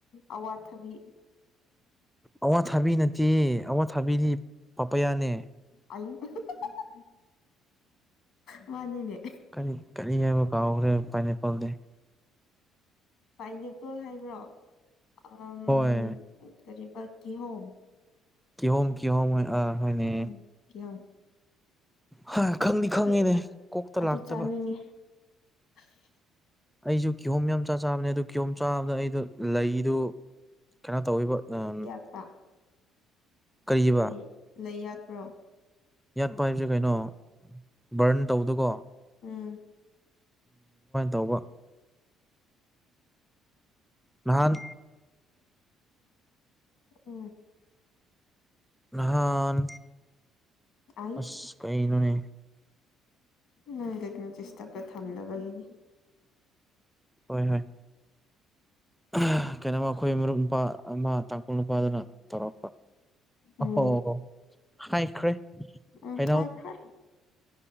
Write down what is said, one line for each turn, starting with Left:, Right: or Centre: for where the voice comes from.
Left: ꯑꯋꯥꯊꯕꯤ
Centre: ꯑꯋꯥꯊꯥꯕꯤ ꯅꯠꯇꯦ ꯑꯋꯥꯊꯥꯕꯤꯗꯤ ꯄꯥꯄꯌꯥꯅꯦ
Left: <unintelligible> ꯃꯥꯟꯅꯤꯅꯦ
Centre: ꯀꯔꯤ ꯀꯔꯤ ꯍꯥꯏꯕ ꯀꯥꯎꯈ꯭ꯔꯦ ꯄꯥꯏꯅꯦꯄꯜꯗꯤ
Left: ꯄꯥꯏꯅꯦꯄꯜ ꯍꯥꯏꯕ꯭ꯔꯣ ꯑꯥꯝ
Centre: ꯍꯣꯏ
Left: ꯀꯔꯤ ꯄ ꯀꯤꯍꯣꯝ
Centre: ꯀꯤꯍꯣꯝ ꯀꯤꯍꯣꯝ ꯑ ꯍꯣꯏꯅꯦ
Left: ꯎꯝ ꯀꯤꯍꯣꯝ
Centre: ꯍ ꯈꯪꯗꯤ ꯈꯪꯉꯦꯅꯦ
Left: ꯑꯗꯨ
Centre: ꯀꯣꯛꯇ
Left: ꯑꯗꯨ
Centre: ꯂꯥꯛꯇꯕ
Left: ꯆꯥꯅꯤꯡꯉꯦ <inaudible>
Centre: ꯑꯩꯁꯨ ꯀꯤꯍꯣꯝ ꯌꯥꯝ ꯆꯥ ꯆꯥꯕꯅꯦ ꯑꯗꯨ ꯀꯤꯍꯣꯝ ꯆꯥꯕꯗꯣ ꯑꯩꯗꯣ ꯂꯩꯗꯨ ꯀꯩꯅꯣ ꯇꯧꯋꯦꯕ ꯎꯝ
Left: ꯌꯥꯠꯄ
Centre: ꯀꯔꯤꯕ
Left: ꯂꯩ ꯂꯩ ꯌꯥꯠꯄ꯭ꯔꯣ
Centre: ꯌꯥꯠꯄ ꯍꯥꯏꯕꯁꯦ ꯀꯩꯅꯣ ꯕ꯭ꯔꯟ ꯇꯧꯕꯗꯨꯀꯣ
Left: ꯎꯝ
Centre: ꯇꯧꯕ ꯅꯍꯥꯟ
Left: ꯎꯝ
Centre: ꯅꯍꯥꯟ
Left: ꯑꯩ
Centre: ꯑꯁ ꯀꯩꯅꯣꯅꯦ
Left: ꯅꯪꯒꯤ <unintelligible> ꯗꯤꯁꯇꯔ꯭ꯕꯇ ꯊꯝꯗꯕꯒꯤꯅꯤ
Centre: ꯍꯣꯏ ꯍꯣꯏ ꯑ ꯀꯩꯅꯣꯃ ꯑꯩꯈꯣꯏ ꯃꯔꯨꯞ ꯅꯨꯄꯥ ꯑꯃ ꯇꯥꯡꯀꯨꯜ ꯅꯨ ꯄꯥꯗꯨꯅ ꯇꯧꯔꯛꯄ ꯑꯍꯣ
Left: ꯎꯝ
Centre: ꯍꯥꯏꯈ꯭ꯔꯦ
Left: ꯎꯝ
Centre: ꯍꯩꯅꯧ
Left: ꯍꯥꯏꯈ꯭ꯔꯦ